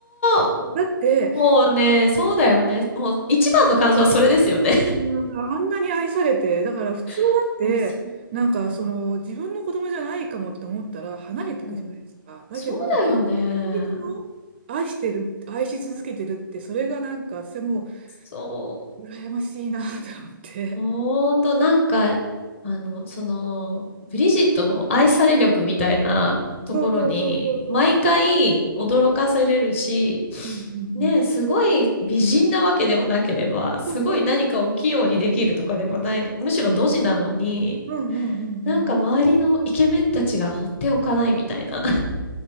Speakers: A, on the left; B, on the right.
A: と、
B: だって、
A: もうね、そうだよね。もう、一番の感想はそれですよね。
B: うんあんなに愛されて、だから普通だって、
A: <laughs> あ、そう。
B: なんか、
A: うん。
B: その、自分の子供じゃないかもって思ったら、離れていくじゃないですか。
A: うん
B: だけど、
A: そうだよね。
B: 恋人とも愛してる、愛し続けてるって、それがなんか、私はも
A: そう。
B: う、羨ましいなと思って。
A: ほんと、なんか、あの、その、ブリジットの愛され力みたいなところに、
B: そうそうそうそうそうそう。
A: 毎回驚かされるし、
B: うんうん
A: ねすごい美人なわけでもなければ、すごい何かを器用にできるとかでもないの。
B: うん。そうそうそうそう。
A: むしろドジなのに、
B: うんうんうんうん。
A: なんか周りのイケメンたちが放っておかないみたいな。<laughs>